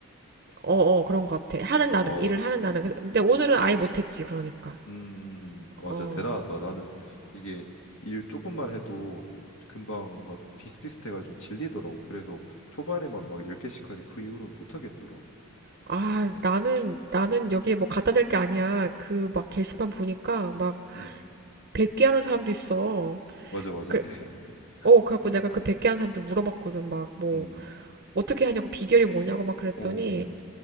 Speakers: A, on the right; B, on the left.
A: 어, 어, 그런 것 같아. 하는 날은,
B: 어,
A: 일을 하는
B: 진-
A: 날은. 그, 근데 오늘은 아예
B: 음,
A: 못했지, 그러니까.
B: 음, 음, 음. 어,
A: 어.
B: 진짜 대단하다. 나는 이게 일 조금만 해도 금방 뭔가 비슷비슷해가 좀 질리더라고. 그래서 초반에만 막 10개씩까지 그 이후로는 못 하겠더라.
A: 아, 나는, 나는 여기에 뭐 갖다 댈 게 아니야. 그 막 게시판 보니까 막
B: 음,
A: 100개 하는 사람도 있어.
B: 맞아, 맞아.
A: 그래,
B: 그, <laughs>
A: 어, 그래갖고 내가 그 100개 하는 사람한테 물어봤거든. 막, 뭐,
B: 음.
A: 어떻게 하냐고, 비결이 뭐냐고 막 그랬더니,
B: 오,